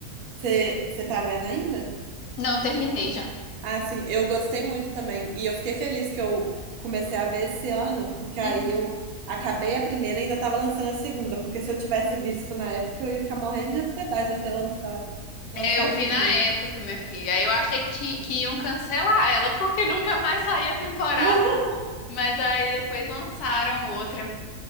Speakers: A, on the right; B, on the left.
A: Você você tá vendo ainda?
B: Não, eu terminei já.
A: Ah, sim, eu gostei muito também. E eu fiquei feliz que eu comecei a ver esse ano, porque aí
B: Uhum.
A: eu acabei a primeira e ainda estava lançando a segunda. Porque se eu tivesse visto na época, eu ia ficar morrendo de ansiedade até lançar, lançar
B: É, Eu vi
A: a segunda.
B: na época, minha filha. Aí Eu achei que, ti- que iam cancelar ela, porque nunca mais saía temporada.
A: <laughs>
B: Mas aí depois lançaram outra.